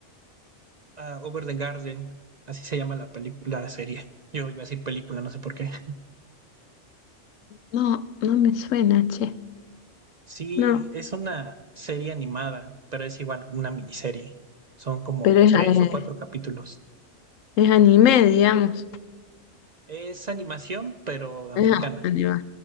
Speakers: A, on the right (about 45°); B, on the left (about 85°).
A: ah, Over the Garden. Así se llama la película, la serie. Yo iba a decir película, no sé por qué. <laughs>
B: No, no me suena, che.
A: Sí,
B: No,
A: es una serie animada, pero es igual una miniserie. Son como
B: pero es,
A: tres
B: eh,
A: o cuatro capítulos.
B: es anime, digamos.
A: Es animación, pero americana.
B: Es a- anime.